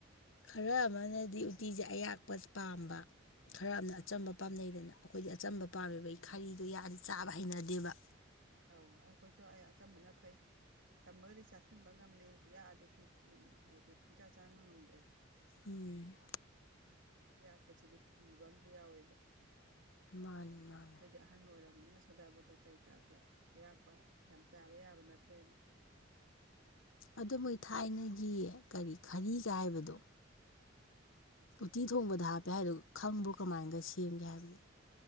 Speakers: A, on the left; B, on the right.
A: ꯈꯔ ꯑꯃꯅꯗꯤ ꯎꯇꯤꯖꯦ ꯑꯌꯥꯛꯄ ꯄꯥꯝꯕ ꯈꯔ ꯑꯃꯅ
B: ꯎꯝ
A: ꯑꯆꯝꯕ ꯄꯥꯝꯅꯩꯗꯅ ꯑꯈꯣꯏꯗꯤ ꯑꯆꯝꯕ
B: ꯃꯥꯅꯦ
A: ꯄꯥꯝꯃꯦꯕ ꯑꯩ ꯈꯥꯔꯤꯗꯣ ꯌꯥꯛꯑꯗꯤ ꯆꯥꯕ ꯍꯩꯅꯗꯦꯕ
B: ꯑꯧ ꯑꯩꯈꯣꯏꯁꯨ ꯑꯩ ꯑꯆꯝꯕꯅ ꯐꯩ ꯆꯝꯃꯒꯗꯤ ꯆꯥꯁꯟꯕ ꯉꯝꯃꯦ ꯌꯥꯗꯤ ꯁꯨꯡ <unintelligible> ꯍꯥꯏꯗꯤ ꯁꯨꯡꯁꯥ ꯆꯥ ꯉꯝꯗ꯭ꯔꯦ
A: ꯎꯝ
B: ꯌꯥꯛꯄꯁꯤꯗꯤ ꯀꯤꯕꯝꯁꯨ ꯌꯥꯎꯋꯦꯕ ꯑꯩꯈꯣꯏꯗꯤ
A: ꯃꯥꯅꯦ ꯃꯥꯅꯦ
B: ꯑꯍꯜ ꯑꯣꯏꯔꯕꯅꯤꯅ ꯁꯣꯗꯥꯕꯒ ꯀꯩꯀꯥꯁꯦ ꯑꯌꯥꯛꯄ ꯌꯥꯝ ꯆꯥꯕ ꯌꯥꯕ ꯅꯠꯇ꯭ꯔꯦꯕ ꯆꯍꯤꯁꯦ
A: ꯑꯗꯨ ꯃꯣꯏ
B: ꯈꯔ
A: ꯊꯥꯏꯅꯒꯤ ꯀꯔꯤ ꯈꯔꯤꯒ ꯍꯥꯏꯕꯗꯣ
B: ꯎꯝ
A: ꯎꯇꯤ ꯊꯣꯡꯕꯗ ꯍꯥꯞꯄꯦ ꯍꯥꯏꯗꯨ ꯈꯪꯕ꯭ꯔꯣ ꯀꯃꯥꯏꯅꯒ ꯁꯦꯝꯒꯦ ꯍꯥꯏꯕꯗꯨ